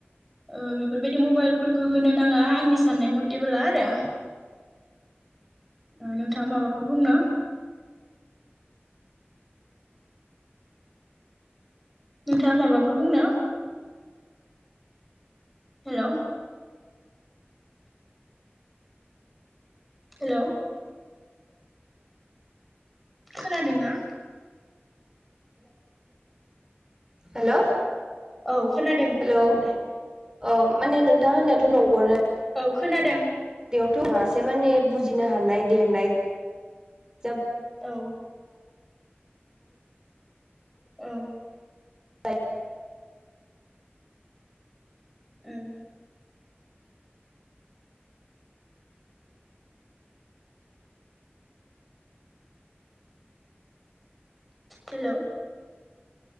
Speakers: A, in the centre; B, on the right.
A: ओ बेफोरबायदि मबाइल फोरखौ होनो नाङा आंनि साननाय मथेबोला आरो ओ नोंथाङा माबाफोर बुंनो? नोंथाङा माबाफोर बुंनो हेल' हेलौ खोनादोंना?
B: हेल'
A: औ खोनादों
B: हेलौ
A: बुं दे
B: औ माने नोंथां होननायाथ' नंगोनो
A: औ खोनादों
B: बेयावथ' नङासो माने बुजिनो हानाय देरनाय जाब
A: औ औ
B: बाय
A: उम हेलौ